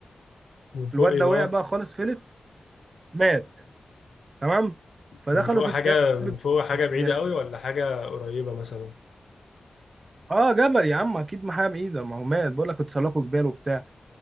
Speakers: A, on the left; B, on the right.
A: من فوق
B: الواد
A: ايه
B: ده
A: بقى
B: وقع بقى خالص فلت مات تمام فدخلوا
A: من فوق
B: في
A: حاجة
B: كتاب
A: من
B: ابن
A: فوق حاجة بعيدة
B: لذين
A: قوي ولا حاجة قريبة مثلا
B: اه جبل يا عم اكيد ما حاجه بايده ما هو مات بقول لك اتسلقوا جبال وبتاع